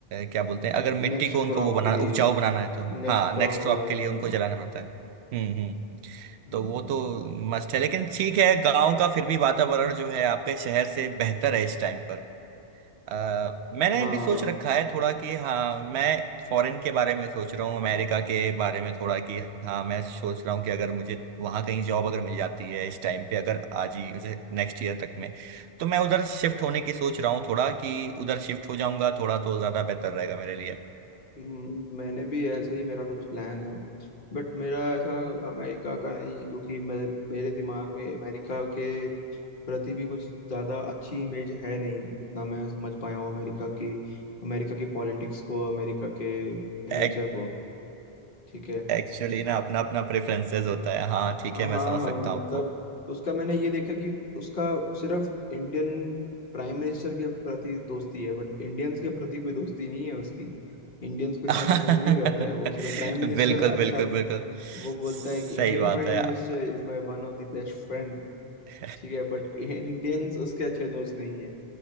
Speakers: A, on the right; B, on the left.
A: क्या बोलते हैं अगर मिट्टी
B: नेक्स्ट
A: को उनको
B: क्रॉप
A: वो बनाना
B: के लिए
A: उपजाऊ बनाना है तो
B: नेक्स्ट
A: हाँ नेक्स्ट
B: क्रॉप
A: क्रॉप
B: लगाने
A: के लिए
B: के
A: उनको
B: लिए
A: जलाना पड़ता है हम्म हम्म
B: हम्म,
A: तो वो तो मस्ट है लेकिन ठीक है गांव का फिर भी वातावरण जो है आपके शहर से बेहतर है इस टाइम पर अ, मैंने
B: हाँ
A: भी सोच रखा है थोड़ा कि हाँ मैं फॉरेन के बारे में सोच रहा हूँ अमेरिका के बारे में थोड़ा कि हाँ मैं सोच रहा हूँ कि अगर मुझे वहाँ कहीं जॉब अगर मिल जाती है इस टाइम पे अगर आज ही जैसे नेक्स्ट ईयर तक में तो मैं उधर शिफ्ट होने की सोच रहा हूँ थोड़ा कि उधर शिफ्ट हो जाऊंगा थोड़ा तो ज़्यादा बेहतर रहेगा मेरे लिए
B: हम्म, मैंने भी ऐसे ही मेरा कुछ प्लान है बट मेरा ऐसा अमेरिका का नहीं है क्योंकि मैं मेरे दिमाग में अमेरिका के प्रति भी कुछ ज़्यादा अच्छी इमेज है नहीं जितना मैं समझ पाया हूँ अमेरिका की अमेरिका की पॉलिटिक्स को अमेरिका के
A: <laughs>
B: नेचर को ठीक है
A: एक्चुअली
B: कि
A: ना अपना अपना प्रेफरेंसेस होता है हाँ ठीक
B: हाँ
A: है मैं समझ
B: हाँ
A: सकता
B: मतलब
A: हूँ
B: उसका मैंने ये देखा कि उसका सिर्फ इंडियन प्राइम मिनिस्टर के प्रति दोस्ती है बट इंडियंस के प्रति कोई दोस्ती नहीं है उसकी इंडियंस को इतना
A: <laughs>
B: पसंद नहीं करता है वो सिर्फ प्राइम मिनिस्टर
A: बिल्कुल
B: अच्छा
A: बिल्कुल बिल्कुल सही
B: वो बोलता है कि Indian
A: बात
B: prime
A: है
B: minister
A: यार
B: is my one of the best friend
A: <laughs>
B: ठीक है बट इंडियंस उसके अच्छे दोस्त नहीं है